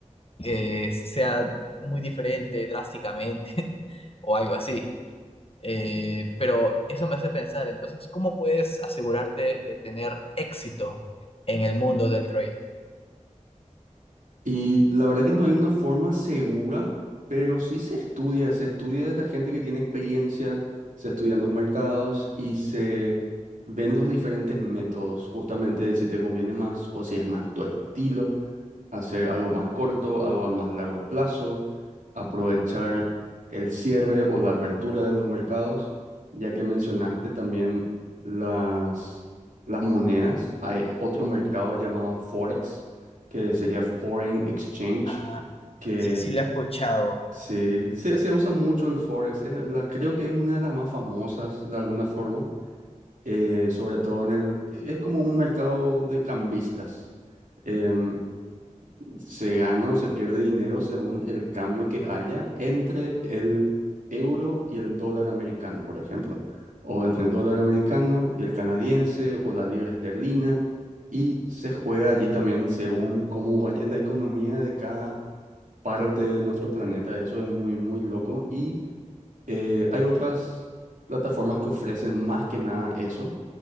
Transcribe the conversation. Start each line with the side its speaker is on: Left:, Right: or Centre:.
Left: eh, sea muy diferente drásticamente o algo así. Eh, pero eso me hace pensar, entonces, ¿cómo puedes asegurarte de tener éxito en el mundo del trading?
Right: Y la verdad que no hay una forma segura, pero sí se estudia, se estudia de la gente que tiene experiencia, se estudian los mercados y se ven los diferentes métodos, justamente de si te conviene más o si es más tu estilo, hacer algo más corto, algo a más largo plazo, aprovechar el cierre o la apertura de los mercados, ya que mencionaste también las, las monedas, hay otro mercado llamado Forex que sería Foreign Exchange,
Left: Ah,
Right: que
Left: sí, sí lo he escuchado.
Right: se, se, se usa mucho el Forex. Es la, creo que es una de las más famosas de alguna forma, eh, sobre todo en el... Es como un mercado de cambistas. Em, se gana o se pierde dinero según el cambio que haya entre el euro y el dólar americano, por ejemplo, o entre el dólar americano y el canadiense o la libra esterlina, y se juega allí también según cómo vaya la economía de cada parte de nuestro planeta. Eso es muy, muy loco. Y eh, hay otras plataformas que ofrecen más que nada eso